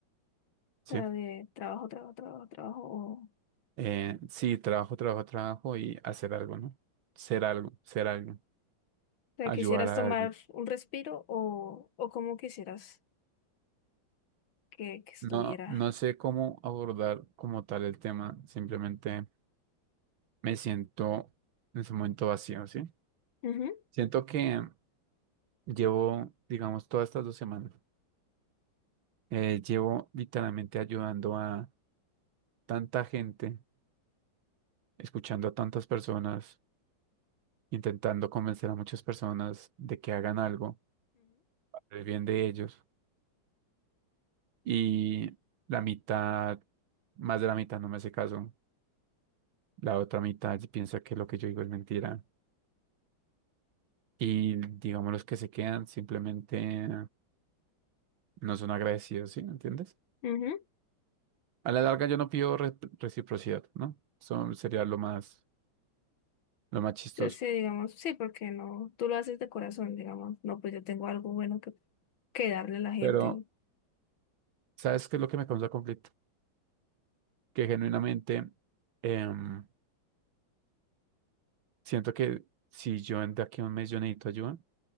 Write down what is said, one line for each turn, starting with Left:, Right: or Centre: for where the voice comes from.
Right: ¿sí?
Left: O sea, de trabajo, trabajo, trabajo, trabajo. O, o
Right: Eh, sí, trabajo, trabajo, trabajo y hacer algo, ¿no? Ser algo, ser algo,
Left: sea,
Right: ayudar
Left: quisieras
Right: a
Left: tomar
Right: alguien.
Left: un respiro o, o cómo quisieras que, que estuviera.
Right: No, no sé cómo abordar como tal el tema, simplemente me siento en ese momento vacío, ¿sí?
Left: Ujú,
Right: Siento que llevo, digamos, todas estas dos semanas, eh, llevo literalmente ayudando a tanta gente, escuchando a tantas personas, intentando convencer a muchas personas de que hagan algo, para el bien de ellos. y la mitad, más de la mitad no me hace caso. La otra mitad piensa que lo que yo digo es mentira. Y digamos, los que se quedan simplemente no son agradecidos, ¿sí? ¿Me entiendes?
Left: ujú, ujú.
Right: A la larga yo no pido re- reciprocidad, ¿no? Eso sería lo más, lo más chistoso.
Left: Entonces, sí, digamos, sí, porque no, tú lo haces de corazón, digamos, no, pues yo tengo algo bueno que, que darle a la gente.
Right: Pero, ¿sabes qué es lo que me causa conflicto? Que genuinamente em, siento que si yo en- de aquí a un mes yo necesito ayuda,